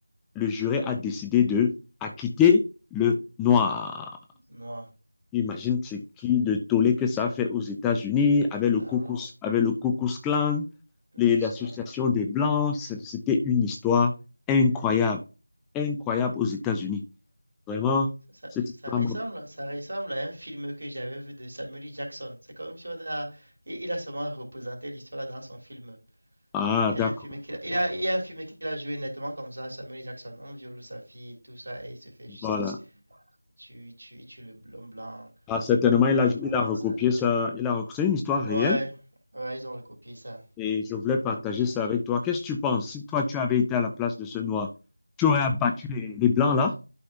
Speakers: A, in the centre; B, on the right (about 55°).
A: le jury a décidé de acquitter le noir.
B: Noir.
A: Imagine ce qui le tollé que ça a fait aux États-Unis avec le
B: Ça
A: Ku
B: alors.
A: Klux- avec le Ku Klux Klan,
B: Ku
A: les-
B: Klux
A: l'association
B: Klan.
A: des Blancs. C'est- C'était une histoire incroyable, incroyable aux États-Unis. Vraiment,
B: Ça, ça-
A: cette
B: ça
A: histoire.
B: ressemble,
A: m'a-
B: ça ressemble à un film que j'avais vu de Samuel L. Jackson. C'est comme si on a, il il a seulement représenté l'histoire là dans son film.
A: Ah,
B: Il y
A: d'accord.
B: a un film qu'il a, il a- il y a un film qu'il a joué nettement comme ça, Samuel Jackson. On viole sa fille et tout ça, et il se fait justice.
A: Voilà.
B: Tu, tu, tu le l'homme blanc.
A: Ah, certainement,
B: On,
A: il a, il
B: on
A: a recopié
B: met ça.
A: ça. Il a, rec- c'est une histoire
B: Ouais,
A: réelle
B: ouais, ils ont recopié ça.
A: et je voulais
B: Ils ont
A: partager
B: recopié ça.
A: ça avec toi. Qu'est-ce que tu penses? Si toi, tu avais été à la place de ce noir, tu aurais abattu les, les blancs là?